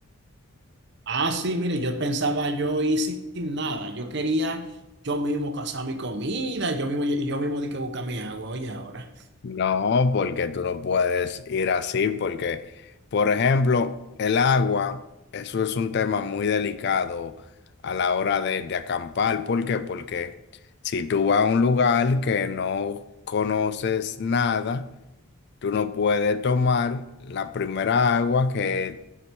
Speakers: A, on the right (about 50°); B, on the left (about 50°).
A: Ah, sí, mire, yo pensaba yo ir sin nada. Yo quería yo mismo cazar mi comida, yo mismo, yo mismo di que buscar mi agua, oye, ahora.
B: No, porque tú no puedes ir así, porque, por ejemplo, el agua, eso es un tema muy delicado a la hora de, de acampar. ¿Por qué? Porque si tú vas a un lugar que no conoces nada, tú no puedes tomar la primera agua que